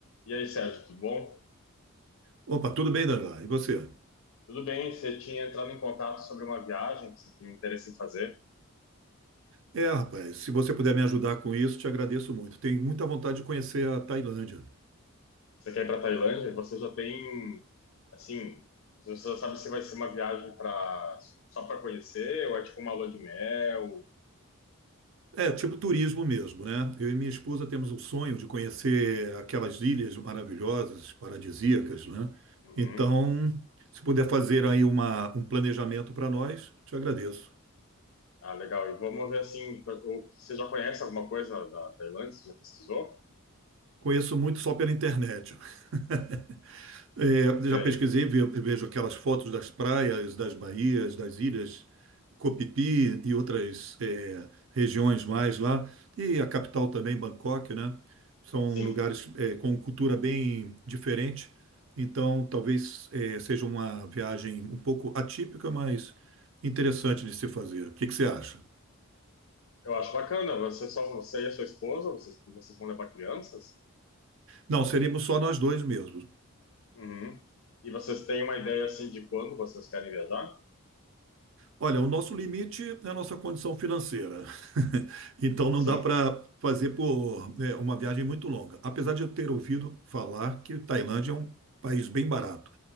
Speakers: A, on the left; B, on the right.
A: E aí, Sérgio, tudo bom?
B: Opa, tudo bem, Daniela? E você?
A: Tudo bem, você tinha entrado em contato sobre uma viagem que você tem interesse em fazer.
B: É, rapaz, se você puder me ajudar com isso, te agradeço muito. Tenho muita vontade de conhecer a Tailândia.
A: Você quer ir para Tailândia? e Você já tem, assim, você já sabe se vai ser uma viagem para só para conhecer ou é tipo uma lua de mel?
B: É, tipo turismo mesmo, né? Eu e minha esposa temos o sonho de conhecer aquelas ilhas maravilhosas, paradisíacas, né?
A: Uhum.
B: Então, se puder fazer aí uma, um planejamento para nós, te agradeço.
A: Ah, legal. E vamos ver assim, ou você já conhece alguma coisa da Tailândia? Você já pesquisou?
B: Conheço muito só pela internet. <laughs> É,
A: Sei.
B: já pesquisei, ve- vejo aquelas fotos das praias, das baías, das ilhas Copipi e outras é, regiões mais lá. E a capital também, Bangkok, né? São
A: Sim.
B: lugares é, com cultura bem diferente. Então, talvez é, seja uma viagem um pouco atípica, mas interessante de se fazer. O que que você acha?
A: Eu acho bacana. Você só você e a sua esposa, vocês, vocês vão levar crianças?
B: Não, seríamos só nós dois mesmos.
A: Uhum. E vocês têm uma ideia assim de quando vocês querem viajar?
B: Olha, o nosso limite é a nossa condição financeira. <laughs> Então não
A: Sim.
B: dá para fazer por, né, uma viagem muito longa. Apesar de eu ter ouvido falar que Tailândia é um país bem barato,